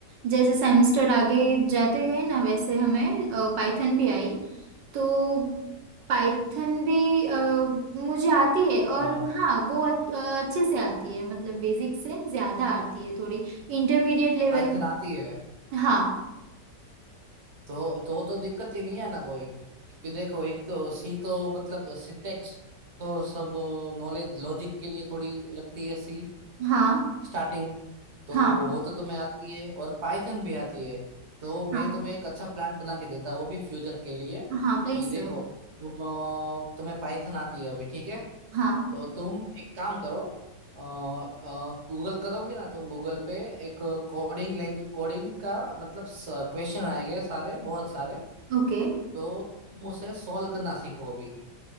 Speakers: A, on the right; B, on the right.
A: जैसे सेमेस्टर आगे जाते गए ना वैसे हमें पाइथन भी आई तो पाइथन भी अ, मुझे आती है और
B: हाँ
A: हाँ वो अ- अच्छे से आती है मतलब बेसिक से ज़्यादा आती है थोड़ी इंटरमीडिएट लेवल
B: पाइथन
A: की
B: आती है
A: हाँ
B: तो तो तो दिक्कत ही नहीं है ना कोई क्योंकि देखो एक तो सी तो मतलब सिंटेक्स तो सब नॉलेज लॉजिक के लिए थोड़ी लगती है सी
A: हाँ
B: स्टार्टिंग तो
A: हाँ
B: वो तो तुम्हें आती है और पाइथन भी आती है तो मैं
A: हाँ
B: तुम्हें एक अच्छा प्लान बना के देता वो भी फ्यूचर के लिए
A: हाँ प्लीज
B: कि देखो
A: सर
B: तुम अ, तुम्हें पाइथन आती है अभी ठीक है
A: हाँ
B: तो तुम एक काम करो गूगल करोगे ना तुम गूगल पे एक कोडिंग लैंग्वेज कोडिंग का मतलब क्वेश्चन आएंगे सारे बहुत सारे
A: ओके
B: तो तुम उसे सॉल्व करना सीखो अभी